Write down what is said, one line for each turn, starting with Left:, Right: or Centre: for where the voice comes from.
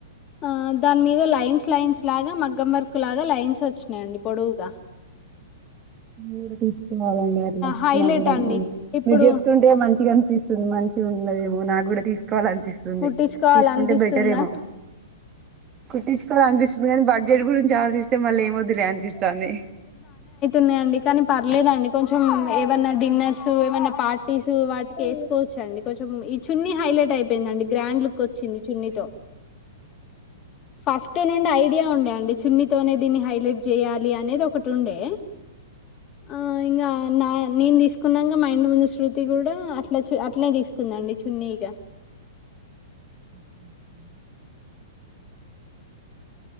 Left: ఆ దాని మీద లైన్స్ లైన్స్ లాగా మగ్గం వర్కు లాగా లైన్స్ వచ్చినాయండి పొడవుగా
Right: మీరు కాదండి అట్లా
Left: హైలైట్
Right: నా కూడా
Left: అండి
Right: మీరు
Left: ఇప్పుడు
Right: చెప్తుంటే మంచిగాని స్తుంది మంచిగా ఉండదేమో నాకు కూడా తీ కోవాలనిపిస్తుంది
Left: కుట్టించుకోవాలి
Right: తీసుకుంటే
Left: అనిపిస్తుందా
Right: బెటర్ ఏమో కొట్టి అనిపిస్తుంది కానీ బర్డ్ చెడు గురించి ఆలోచస్తే మళ్ళీ ఏమీవద్దులే అనిపిస్తంది
Left: న్నాడి కానీ పర్లేదండి కొంచం ఏమన్న డిన్నర్స్ ఏమన్న పార్టీస్ వాటికి వేసుకోవచ్చండి కొంచెం ఈ చున్ని హైలైట్ అయిపోయిందిండి గ్రాండ్ లుక్ వచ్చింది చున్నీతో ఫస్ట్ నుండి ఐడియా ఉండేండి చున్నితోనే దీన్ని హైలైట్ చేయాలి అనేది ఒకటి ఉండే మ్ ఇంకా అవునా నేను తీసుకున్నాక మా ఇంటి ముందు శ్రృతి కూడా అట్లా చ అట్నే తీసుకుందండి చున్నీగా
Right: మ్ ఓకే ఓకే